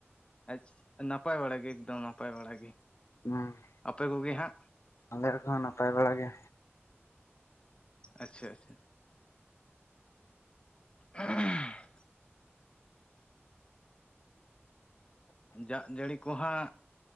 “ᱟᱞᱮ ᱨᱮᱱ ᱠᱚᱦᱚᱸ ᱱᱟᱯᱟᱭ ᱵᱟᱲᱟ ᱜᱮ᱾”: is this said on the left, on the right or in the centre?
Left